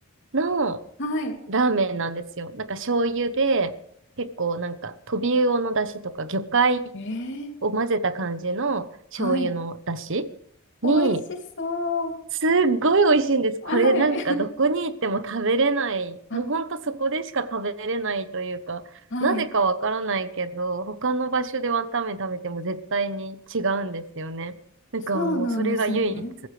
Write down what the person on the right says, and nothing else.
の
ラーメンなんですよ。なんか醤油で結構なんかトビウオの出汁とか魚介
を混ぜた感じの醤油の出汁に
すっごい美味しいんです。
これなんかどこに行っても食べれない。
もうほんとそこでしか食べれないというか、
なぜかわからないけど、他の場所でワンタン麺食べても絶対に違うんですよね。だからもうそれが唯一。